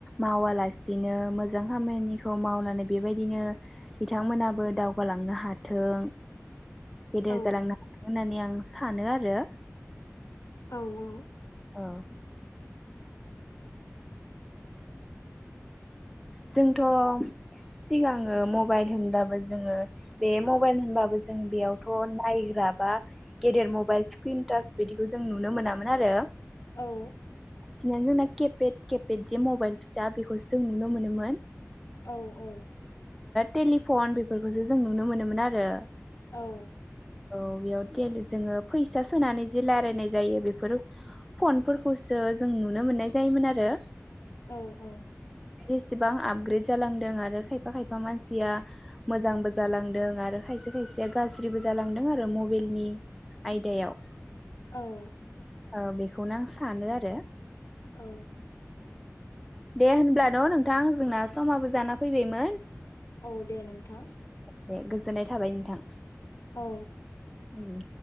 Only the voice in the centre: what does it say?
मावालासिनो मोजां खामानिखौ मावनानै बेबायदिनो बिथांमोनाबो दावगालांनो हाथों। गेदेर
जालांनो हाथों होन्नानै आं आं सानो आरो
औ। जोंथ सिगाङो मबाइल होनबाबो जोङो बे मबाइल होनबाबो जो जों बेयावथ नायग्रा बा गेदेर मबाइल स्क्रिन थास बिदिखौ जों नुनो मोनामोन आरो
दिनानो जोंना खेफेथ खेफेथ जे मबाइल फिसा बेखौ जों नुनो मो नोमोन।
टेलिफन बेफोरखौसो जों नुनो मोनोमोन आरो
औ बेयाव दैलि जोङो फैसा सोनानै जे रायलायनाय जायो बेफोर फनफोरखौसो जों नुनो मोन्नाय जायोमोन आरो।
जेसेबां आफग्रेद जालांदों आरो खायफा खायफा मानसिया मोजांबो जालांदों आरो खायसे खायसेया गाज्रिबो जालांदों आरो मबाइलनि आयदायाव।
ओ बेखौनो आं सानो आरो
दे होनब्ला न नोंथां जोंना समाबो जाना फैबायमोन
दे गोजोननाय थाबाय नोंथां
उम